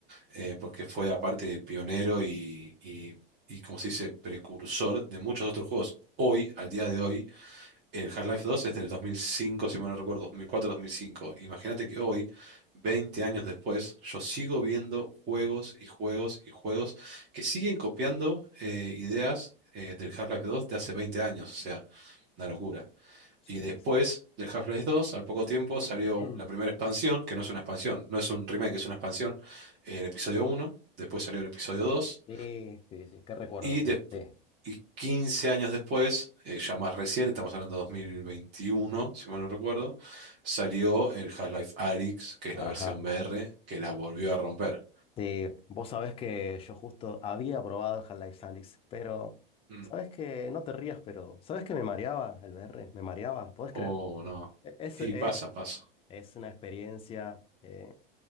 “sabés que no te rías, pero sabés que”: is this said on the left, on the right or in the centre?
Left